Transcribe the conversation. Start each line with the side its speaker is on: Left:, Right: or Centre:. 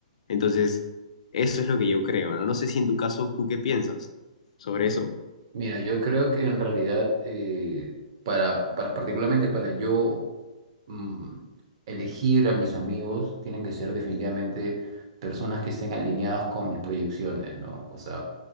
Left: Entonces, eso es lo que yo creo, ¿no? No sé si en tu caso, ¿tú qué piensas sobre eso?
Right: Mira, yo creo que en realidad, eh, para, para- particularmente para yo mm, elegir a mis amigos, tienen que ser definitivamente personas que estén alineadas con mis proyecciones, ¿no? O sea,